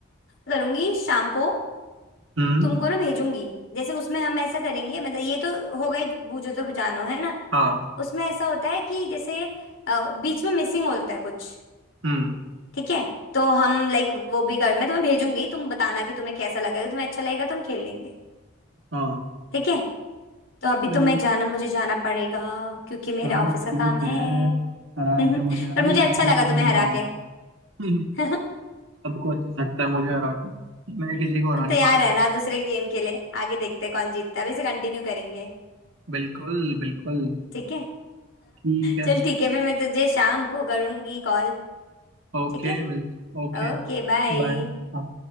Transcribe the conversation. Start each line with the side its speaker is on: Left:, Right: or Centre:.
Left: करूंगी शाम को
Right: हम्म
Left: तुमको ना भेजूंगी जैसे उसमें हम ऐसा करेंगे मतलब ये तो हो गई बूझो तो जानो है ना
Right: हाँ
Left: उसमें ऐसा होता है कि जैसे अ, बीच में मिसिंग होता है कुछ
Right: हम्म
Left: ठीक है तो हम लाइक वो भी कर मैं तुम्हें भेजूंगी तुम बताना कि तुम्हें कैसा लगेगा तुम्हें अच्छा लगेगा तो हम खेल लेंगे
Right: हाँ
Left: ठीक है तो
Right: ठीक
Left: अभी
Right: है
Left: तो मैं जाना मुझे जाना पड़ेगा क्योंकि मेरा
Right: हाँ
Left: ऑफिस
Right: ठीक
Left: का काम है
Right: है हरा
Left: <laughs>
Right: दिया मुझे आज
Left: पर मुझे
Right: बट
Left: अच्छा
Right: अगली
Left: लगा
Right: बार नहीं
Left: तुम्हें
Right: हरा
Left: हरा
Right: पाऊंगा
Left: के
Right: <laughs> हम्म,
Left: <laughs>
Right: सबको अच्छा लगता है मुझे हरा के मैं किसी को हरा
Left: तो
Right: नहीं
Left: तैयार
Right: पाता
Left: रहना दूसरे गेम के लिए आगे देखते हैं कौन जीतता है अभी से कंटिन्यू करेंगे
Right: बिल्कुल बिल्कुल
Left: ठीक है <laughs>
Right: ठीक है
Left: चल ठीक है फिर मैं तुझे शाम को करूंगी कॉल
Right: ओके
Left: ठीक है
Right: मिलते ओके
Left: Okay bye
Right: बाय हाँ।